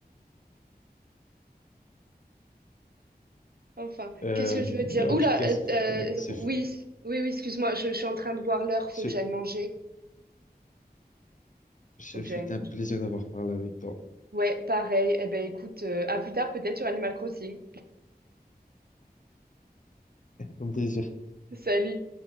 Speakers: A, on the right (about 65°); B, on the left (about 50°).
A: <laughs> Enfin,
B: Euh,
A: qu'est-ce que je veux dire?
B: en
A: Oula,
B: tout cas,
A: euh,
B: ce fut
A: euh,
B: un, ce
A: oui,
B: fut,
A: c- oui, oui, excuse-moi, je, je suis en train de voir l'heure,
B: ce,
A: faut que j'aille manger.
B: ce
A: Faut
B: fut
A: que j'aille manger.
B: un plaisir d'avoir parlé avec toi.
A: Ouais, pareil. Eh ben écoute, euh, à plus tard peut-être sur Animal Crossing.
B: Un plaisir.
A: Salut.